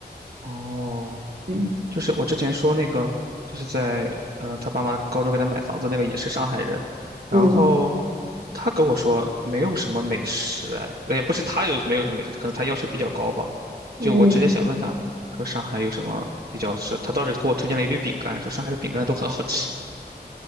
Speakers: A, on the right; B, on the right.
A: 哦。
B: 嗯
A: 就是我之前说那个，就是在呃他爸妈高中给他买房子那个也是上海人，然后
B: 嗯。
A: 他跟我说没有什么美食，哎，呃也不是他有没有什么美食，可能他要求比较高吧。就我直接想问他说上海有什么比较吃，
B: 嗯
A: 他倒是给我推荐了一堆饼干，说上海的饼干都很好吃